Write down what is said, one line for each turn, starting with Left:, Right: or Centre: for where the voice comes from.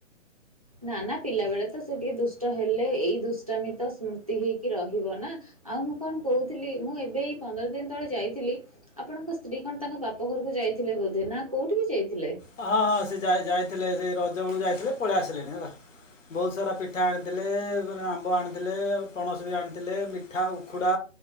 Right: ନା ନା ପିଲାବେଳେ ତ ସେ ଟିକେ ଦୁଷ୍ଟ ହେଲେ ଏଇ ଦୁଷ୍ଟାମି ତ ସ୍ମୃତି ହେଇକି ରହିବ ନା। ଆଉ ମୁଁ କଣ କହୁଥିଲି ମୁଁ ଏବେ ଏଇ ପନ୍ଦର ଦିନ ତଳେ ଯାଇଥିଲି ଆପଣଙ୍କ ସ୍ତ୍ରୀ କଣ ତାଙ୍କ ବାପ ଘରକୁ ଯାଇଥିଲେ ବୋଧେ ନା କୋଉଠିକି ଯାଇଥିଲେ?
Left: ହଁ ହଁ ସେ ଯାଇ ଯାଇଥିଲେ ସେ ରଜ ବେଳକୁ ଯାଇଥିଲେ ପଳେଇ ଆସିଲେଣି ହେଲା। ବହୁତ ସାରା ପିଠା ଆଣିଥିଲେ ମାନେ ଆମ୍ବ ଆଣିଥିଲେ ପଣସ ବି ଆଣିଥିଲେ ମିଠା ଉଖୁଡା